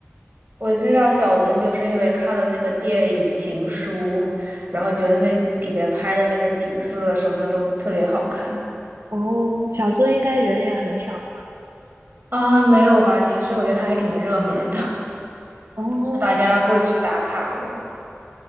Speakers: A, on the right (about 50°); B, on the right (about 85°).
A: 我知道小樽就是因为看了那个电影《情书》，然后觉得那里边拍的那个景色什么的都特别好看
B: 哦，小樽应该人也很少吧？
A: 啊。没有吧？其实我觉得它还挺热门儿的，
B: 哦，
A: <laughs> 大家过去打卡的，